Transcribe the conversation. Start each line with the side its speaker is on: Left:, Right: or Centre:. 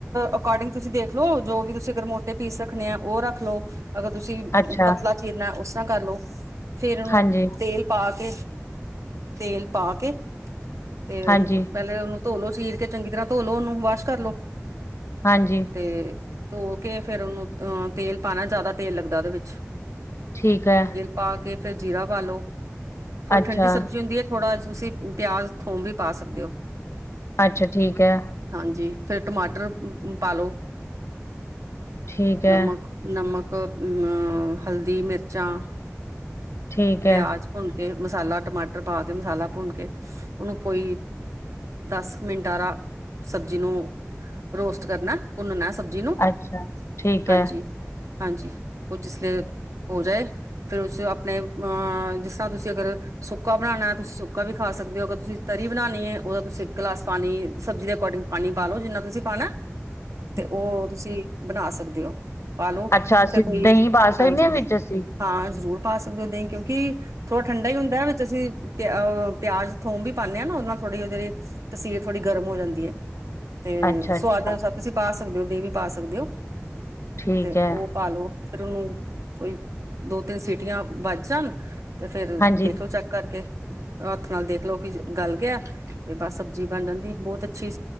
Right: ਅਕੋਰਡਿੰਗ ਤੁਸੀਂ ਦੇਖ ਲਓ ਜੋ ਵੀ ਤੁਸੀਂ ਅਗਰ ਮੋਟੇ ਪੀਸ ਰੱਖਣੇ ਆ ਉਹ ਰੱਖ ਲਓ। ਅਗਰ ਤੁਸੀਂ
Left: ਅੱਛਾ
Right: ਪਤਲਾ ਚੀਰਨਾ ਉਸ ਤਰ੍ਹਾਂ ਕਰ ਲਓ। ਫਿਰ ਉਨੂੰ
Left: ਹਾਂਜੀ
Right: ਤੇਲ ਪਾ ਕੇ-ਤੇਲ ਪਾ ਕੇ ਤੇ
Left: ਹਾਂਜੀ
Right: ਪਹਿਲੇ ਉਨੂੰ ਧੋਲੋ, ਚੀਰ ਕੇ ਚੰਗੀ ਤਰ੍ਹਾਂ ਧੋਲੋ, ਉਹਨੂੰ ਵਾਸ਼ ਕਰਲੋ।
Left: ਹਾਂਜੀ।
Right: ਤੇ ਧੋ ਕੇ ਫੇਰ ਉਨੂੰ ਅਹ ਤੇਲ ਪਾਣਾ, ਜਿਆਦਾ ਤੇਲ ਲੱਗਦਾ ਉਦੇ ਵਿੱਚ।
Left: ਠੀਕ ਹੈ।
Right: ਪਾਕੇ ਫੇਰ ਜੀਰਾ ਪਾਲਓ, ਥੋੜੀ
Left: ਅੱਛਾ
Right: ਠੰਡੀ ਸਬਜ਼ੀ ਹੁੰਦੀ ਹੈ। ਥੋੜਾ ਤੁਸੀਂ ਪਿਆਜ ਥੋਮ ਵੀ ਪਾ ਸਕਦੇ ਹੋ।
Left: ਅੱਛਾ ਠੀਕ ਹੈ।
Right: ਹਾਂਜੀ, ਫਿਰ ਟਮਾਟਰ ਪਾਲੋ,
Left: ਠੀਕ ਹੈ
Right: ਨਮਕ। ਨਮਕ, ਅਮ ਹਲਦੀ, ਮਿਰਚਾਂ,
Left: ਠੀਕ ਹੈ
Right: ਪਿਆਜ ਭੁੰਨ ਕੇ ਮਸਾਲਾ, ਟਮਾਟਰ ਪਾ ਕੇ ਮਸਾਲਾ ਭੁੰਨ ਕੇ ਉਹਨੂੰ ਕੋਈ ਦਸ ਮਿੰਟ ਆ ਸਬਜ਼ੀ ਨੂੰ ਰੋਸਟ ਕਰਨਾ। ਭੁੰਨਣਾ ਸਬਜ਼ੀ ਨੂੰ,
Left: ਅੱਛਾ ਠੀਕ
Right: ਹਾਂਜੀ
Left: ਹੈ
Right: -ਹਾਂਜੀ, ਉਹ ਜਿਸ ਹੋ ਜਾਏ, ਫਿਰ ਉਸ ਆਪਣੇ ਅਹ ਜਿਸ ਤਰ੍ਹਾਂ ਤੁਸੀਂ ਅਗਰ ਸੁੱਕਾ ਬਣਾਉਣਾ ਤੁਸੀਂ ਸੁੱਕਾ ਵੀ ਖਾ ਸਕਦੇ ਹੋ ਅਗਰ ਤੁਸੀਂ ਤਰੀ ਬਣਾਉਣੀ ਏ ਉਹਦਾ ਤੁਸੀਂ ਇੱਕ ਗਲਾਸ ਪਾਣੀ ਸਬਜੀ ਦੇ ਅਕੋਰਡਿੰਗ ਪਾਣੀ ਪਾ ਲਓ ਜਿੰਨਾ ਤੁਸੀਂ ਪਾਣਾ ਏ
Left: <unintelligible>
Right: ਉਹ ਤੁਸੀਂ ਬਣਾ ਸਕਦੇ ਹੋ, ਪਾ ਲੋ,
Left: ਅੱਛਾ ਅਸੀਂ
Right: ਫਿਰ ਕੋਈ,
Left: ਦਹੀਂ ਪਾ ਸਕਦੇ
Right: ਹਾਂਜੀ
Left: ਹਾਂ ਵਿੱਚ ਅਸੀਂ
Right: ਹਾਂ ਜ਼ਰੂਰ ਪਾ ਸਕਦੇ ਹੋ ਦਹੀ ਕਿਉਂਕਿ ਥੋੜ੍ਹਾ ਠੰਡਾ ਹੀ ਹੁੰਦਾ ਹੈ ਅਸੀਂ ਪਿਆਜ- ਪਿਆਜ ਥੋਮ ਵੀ ਪਾਉਂਦੇ ਹਾਂ ਨਾ ਉਹਦੇ ਨਾਲ ਥੋੜ੍ਹੀ ਜਿਹੜੀ ਤਸੀਰ ਥੋੜੀ ਗਰਮ ਹੋ ਜਾਂਦੀ ਹੈ ਤੇ
Left: ਅੱਛਾ ਅੱਛਾ
Right: ਸੁਆਦ ਅਨੁਸਾਰ ਤੁਸੀ ਪਾ ਸਕਦੇ ਹੋ ਦਹੀ ਪਾ ਸਕਦੇ ਹੋ
Left: ਠੀਕ
Right: ਤੇ
Left: ਹੈ
Right: ਉਹ ਪਾਲੋ ਫਿਰ ਉਹਨੂੰ ਕੋਈ ਦੋ ਤਿੰਨ ਸੀਟੀਆਂ ਵੱਜ ਜਾਣ ਤੇ ਫਿਰ
Left: ਹਾਂਜੀ
Right: ਦੇਖਲੋ ਚੈਕ ਕਰਕੇ, ਹੱਥ ਨਾਲ ਦੇਖਲੋ ਕਿ ਗਲ ਗਿਆ ਤੇ ਬਸ ਸਬਜ਼ੀ ਬਣ ਜਾਂਦੀ ਬਹੁਤ ਅੱਛੀ